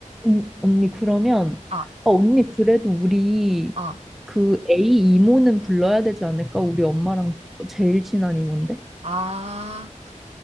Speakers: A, in the centre; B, on the right.
A: 음, 언니 그러면 아,
B: 아,
A: 언니 그래도 우리
B: 아,
A: 그 A 이모는 불러야 되지 않을까? 우리 엄마랑 제일 친한 이모인데?
B: 아.